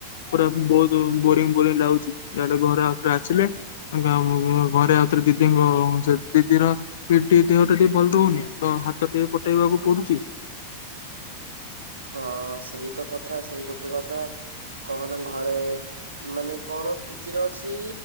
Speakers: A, on the left; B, on the right.
A: ପୁରା ବହୁତ ବୋରିଙ୍ଗ ବୋରିଙ୍ଗ ଲାଗୁଛି ତାେଲେ ଘରେ ଆଉଥରେ ଆସେ ଘରେ ଆଉଥରେ ଦିଦିଙ୍କ ସେ ଦିଦିର ଦେହଟା ଟିକେ ଭଲ ରହୁନି ତ ହାତ ଟିକେ ହଟେଇବାକୁ ପଡୁଛି।
B: ହଁ ସେଇ ତ କଥା ସେଇ ଗୋଟେ କଥା କହନା ଘରେ ମାନେ କଣ ଫିଜିରେ ଅଛି,